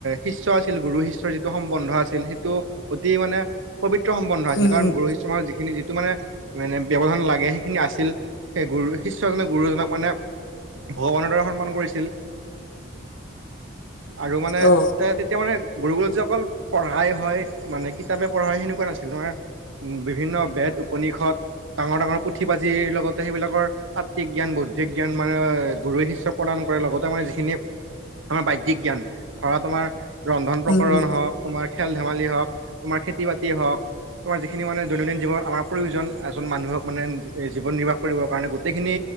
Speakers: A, on the right (about 75°); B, on the left (about 70°).
A: শিষ্য আছিল গুৰু শিষ্যৰ যিটো সম্বন্ধ আছিল সেইটো অতি মানে পবিত্ৰ সম্বন্ধ আছিল
B: উম
A: কাৰণ
B: উম
A: গুৰু শিষ্য মাজত যি খিনি যিটো মানে মানে ব্যবধান লাগে সেইখিনি আছিল সেই গুৰু শিষ্যজনে গুৰুজনক মানে। ভগৱানৰ দ্বৰে সন্মান কৰিছিল। আৰু মানে
B: অ
A: তে তেতিয়া মানে গুৰু গুৰুত যে অকল পঢ়াই হয় মানে কিতাপে পঢ়া হয় সেনেকুৱা নাছিল তোমাৰ উ বিভিন্ন বেদ উপনিষদ ডাঙৰ -ডাঙৰ পুথি পাঁজিৰ লগতে সেইবিলাকৰ তাত্বিক জ্ঞান ব জ্ঞান মানে গুৰুৱে শিষ্য প্ৰদান কৰে লগতে মানে যিখিনি আমাৰ ব জ জ্ঞান ধৰা তোমাৰ ৰন্ধন প্ৰকৰণ
B: উম উম উম
A: হওক তোমাৰ খেল ধেমালি হওক তোমাৰ খেতি বাতি হওক তোমাৰ যিখিনি মানে দৈনন্দিন জীৱন আমাৰ প্ৰয়োজন এজন মানুহক মানে জীৱন নিৰ্বাহ কৰিব কাৰণে গোটেইখিনি